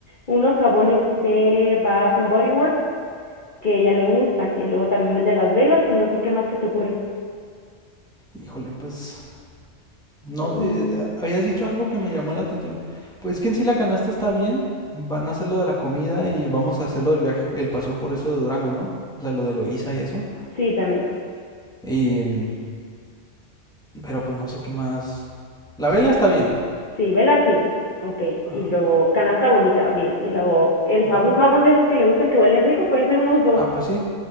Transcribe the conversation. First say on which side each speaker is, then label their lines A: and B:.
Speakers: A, on the left; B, in the centre.
A: unos jabones de Bath and Body Works que ya le gustan y luego también venden las velas y no sé qué más se te ocurre.
B: Híjole, pues No,
A: Mm,
B: eh, habías dicho algo que me llamó la atención. Pues es que en sí la canasta está bien. Van a hacer lo de la comida y vamos a hacer lo del viaje, el paseo por eso de Durango, ¿no? O sea, lo de Loíza y eso.
A: sí, también.
B: Y, mm, pero pues no sé qué más. La vela está bien.
A: Sí, vela sí. Ok.
B: Ajá,
A: Y luego canasta bonita, bien. Y luego el jabón,
B: ajá.
A: un jabón de esos que le gustan que huelen rico, pueden ser unos dos.
B: Ah, pues sí,